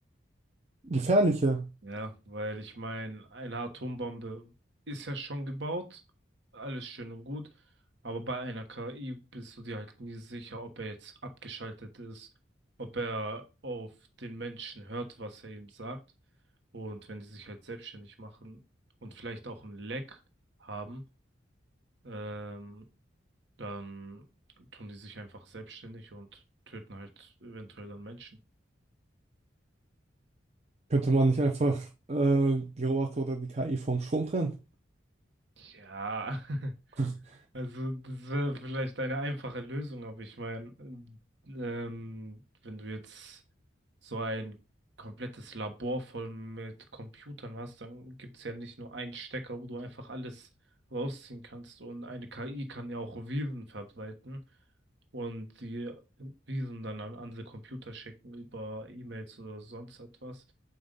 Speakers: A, on the right (about 35°); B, on the right (about 65°).
A: Gefährlicher.
B: Ja, weil ich meine, eine Atombombe ist ja schon gebaut, alles schön und gut, aber bei einer KI bist du dir halt nie sicher, ob er jetzt abgeschaltet ist, ob er auf den Menschen hört, was er ihm sagt. Und wenn die sich halt selbstständig machen und vielleicht auch ein Leck haben, ähm, dann tun die sich einfach selbstständig und töten halt eventuell dann Menschen.
A: Könnte man nicht einfach äh, die Roboter oder die KI vom Strom trennen?
B: Ja. <laughs>
A: <laughs>
B: Also, das wäre vielleicht eine einfache Lösung, aber ich meine, ähm, wenn du jetzt so ein komplettes Labor voll mit Computern hast, dann gibt es ja nicht nur einen Stecker, wo du einfach alles rausziehen kannst. Und eine KI kann ja auch Viren verbreiten und die Viren dann an andere Computer schicken über E-Mails oder sonst etwas.